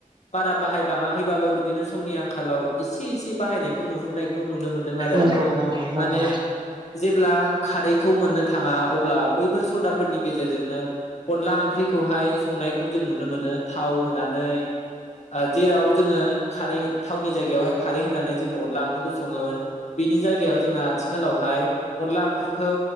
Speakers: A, on the left (about 55°); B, on the right (about 35°).
A: बारा बाहायबाङाखैबाबो बिदिनो समनि आंखालाव एसे एसे एसे बाहायनायखौ नुहुरनायखौ नुनो मोनदों आरो
B: नंगौ
A: आङो
B: नंगौ नंगौ
A: माने जेब्ला खारैखौ मोननो थाङा अब्ला बैफोर सदाफोरनि गेजेरजोंनो अनला ओंख्रिखौहाय संनायखौ जों नुनो मोनो थाव होनानै आ जेराव जोङो खारै थावनि जायगायावहाय खारै होनानै जोङो अनला ओंख्रिखौ सङोमोन, बिनि जायगायाव जोङो आथिखालावहाय अनला ओंख्रिखौ